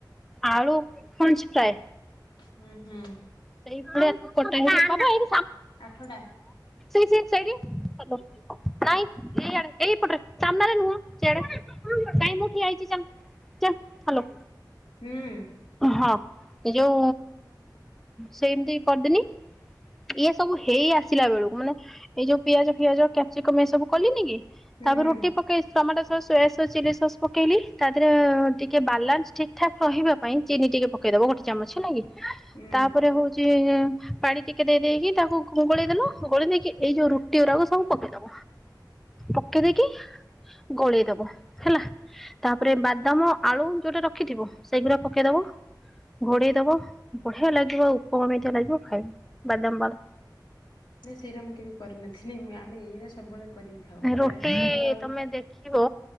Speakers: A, in the centre; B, on the left (about 85°).
A: ଆଳୁ ଫ୍ରେଞ୍ଚ ଫ୍ରାଇ
B: ହୁଁ ହୁଁ।
A: ସେଇଭଲିଆ
B: ଆଠଟା
A: ସେ-ସେ-ସେ ସେଇଠି ହାଲୋ ନାଇଁ ଏଇଆଡେ ଏଇପଟରେ ସାମ୍ନାରେ ନୁହଁ ସେଆଡେ ମୁଁ ଠିଆହେଇଛି ଚାଲ।
B: ହୁଁ।
A: ହଁ ଏ ଯୋଉ ସେମିତି କରିଦେମି ଇଏ ସବୁ ହେଇ ଆସିଲା ବେଳକୁ ମାନେ ଏଇ ଯୋଉ ପିଆଜ ଫିଆଜ କ୍ୟାପ୍ସିକମ୍ ଏ ସବୁ କଲିନି କି
B: ହୁଁ
A: ତାପରେ
B: ହୁଁ
A: ରୁଟି ପକେଇ tomato soya sauce chilli sauce ପକେଇଲି ତା ଦେହରେ ଟିକେ ବାଲାନ୍ସ ଠିକ୍ ଠାକ୍ ରହିବା ପାଇଁ ଚିନି ଟିକେ ପକେଇଦବ ଗୋଟେ ଚାମଚ ହେଲା କି।
B: ହୁଁ।
A: ତାପରେ ହଉଛି ପାଣି ଟିକେ ଦେଇ ଦେଇେଇକି ତାକୁ ଗୋଳେଇଦେଲ ଗୋଳେଇ ଦେଇକି ଏଇ ଯୋଉ ରୁଟି ଓରାକୁ ସବୁ ପକେଇଦବ ପକେଇ ଦେଇକି ଗୋଳେଇଦବ ହେଲା ତାପରେ ବାଦାମ ଆଳୁ ଯୋଉଟା ରଖିଥିବ ସେଗୁରାକୁ ପକେଇଦବ ଘୋଡେଇ ଦବ ବଢିଆ ଲାଗିବ ଉପମାମିତିଆ ଲାଗିବ ଖାଇବା ବାଦାମ ବାଲା।
B: ନାଁ ସେଇଟା ମୁଁ କେବେ କରିନଥିଲିନି ଆମେ ଏଇରା ସବୁବେଳେ କରିକି ଖାଉ ପ୍ରାୟ
A: ରୁଟି
B: ଟାଇମ୍ ତ ଖାଉ।
A: ତମେ ଦେଖିବ